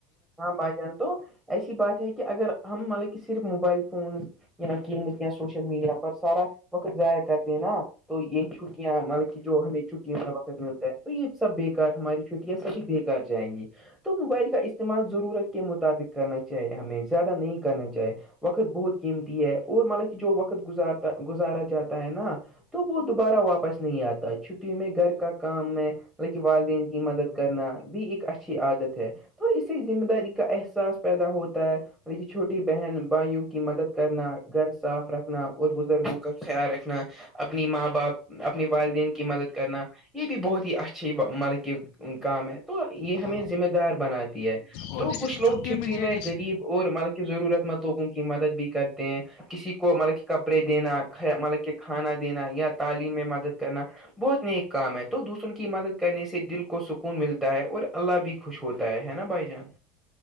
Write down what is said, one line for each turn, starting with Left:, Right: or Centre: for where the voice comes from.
Centre: ہاں بھائی جان تو ایسی بات ہے کہ اگر ہم مطلب کہ صرف موبائل فون یا قیمت سوشل میڈیا پر سارا وقت ضائع کر دینا تو یہ چھٹیاں مطلب کہ جو ہمیں چھٹیوں میں وقت ملتا ہے تو یہ سب بےیکار ہماری چھٹیاں سبھی بےیکار کر جائیں گی تو موبائل کا اس استعمال ضرورت کے مطابق کرنا چاہیے ہمیں زیادہ نہیں کرنا چاہی وقت بہت قیمتی ہے اور مطلب کہ جو وقت گزارتا گزارا جاتا ہے نا تو وہ دوبارہ واپس نہیں آتا چھٹی میں گھر کا کام ہے لک والدین کی مدد کرنا بھی ایک اچھی عادت ہے اسے ذمہ داری کا احساس پیدا ہوتا ہے ط کہ چھوٹی بہن بھائیوں کی مدد کرنا گھر صاف رکھنا اور بزرگوں کا خیال رکھنا اپنی ماں باپ اپنی والدین کی مدد کرنا یہ بھی بہت ہی اچھھی مل کے کام ہے تو یہ
Left: ہاں
Centre: ہمیں ذمہ دار بناتی ہے
Left: اور
Centre: تو
Left: جیسے
Centre: کچھ لوگ
Left: چھٹیاں
Centre: چھٹی
Left: مل جائے
Centre: میں
Left: جیسے
Centre: غریب اور مطلب کہ ضرورت مند لوگوں کی مدد بھی کرتے ہیں کسی کو مطلب کہ کپڑے دینا مطلب کہ کھانا دینا یا تعلیم میں مدد کرنا بہت نیک کام ہے تو دوسروں کی مدد کرنے سے دل کو سکون ملتا ہے اور اللہ بھی خوش ہوتا ہے ہے نا بھائی جان